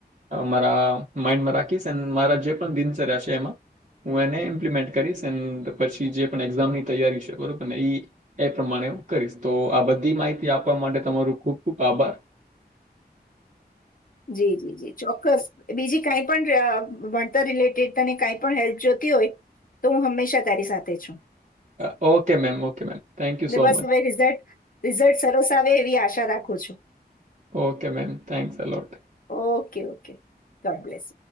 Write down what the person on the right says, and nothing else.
મારા માઈન્ડમાં રાખીશ એ મારા જે પણ દિનચર્યા છે એમાં હું એને ઇમ્પ્લિમેન્ટ કરીશ એન્ પછી જે પણ એક્ઝામની તૈયારી છે. બરોબરને, એ એ પ્રમાણે હું કરીશ તો, આ બધી માહિતી આપવા માટે તમારું ખૂબ ખૂબ આભાર.
Okay ma'am okay ma'am. Thank you
સો
મચ
okay ma'am thanks a lot